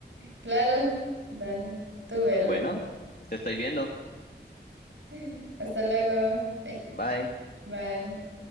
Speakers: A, on the right; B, on the left.
A: claro, dale, tú velo.
B: Bueno, te estoy viendo.
A: <laughs> Hasta luego. Ay,
B: Bye.
A: bye.